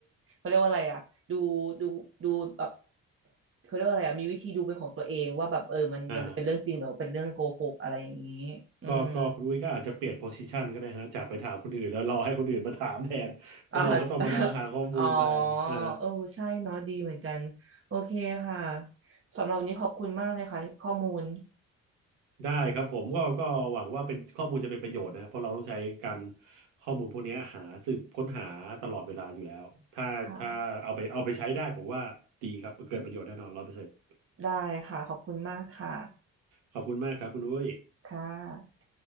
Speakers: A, on the right; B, on the right.
A: เขาเรียกว่าอะไรอะดูดูดูแบบเขาเรียกว่าอะไรอะมีวิธีดูเป็นของตัวเองว่าแบบเออมันมันเป็นเรื่องจริงหรือเป็นเรื่องโกหกอะไรอย่างนี้
B: <laughs> อ่า
A: อืม
B: ก็ก็คุณอุ้ยก็อาจจะเปลี่ยนโพสิชันก็ได้ฮะจากไปถามคนอื่นแล้วรอให้คนอื่นมาถามแทนเพราะเราก็ต้องมานั่งหาข้อมูลแทนเอ่า
A: อ่า <laughs> อ๋อเออใช่เนาะดีเหมือนกันโอเคค่ะสำหรับวันนี้ขอบคุณมากเลยค่ะข้อมูล
B: ได้ครับผมก็ก็หวังว่าเป็นข้อมูลจะเป็นประโยชน์นะเพราะเราต้องใช้การข้อมูลพวกนี้หาสืบค้นหาตลอดเวลาอยู่แล้วถ้าถ้าเอาไปเอาไปใช้ได้ผมว่าดีครับเกิดประโยชน์แน่นอนร้อยเปอร์เซ็นต์
A: ค่ะได้ค่ะขอบคุณมากค่ะ
B: ขอบคุณมากครับคุณอุ้ย
A: ค่ะ